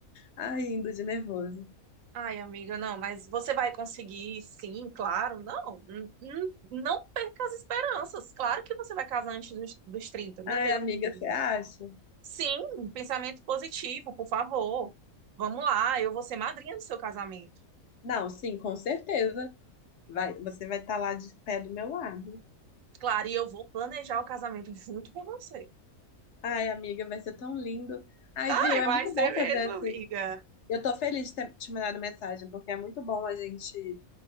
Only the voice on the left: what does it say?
Ai, indo de nervoso.
Ai,
amiga,
você acha?
Não, sim, com certeza. Vai, você vai estar lá de pé do meu lado.
Ai, amiga, vai ser tão lindo. Ai,
viu? É
muito
bom
fazer
Eu tô feliz de ter te mandado mensagem, porque é muito bom a gente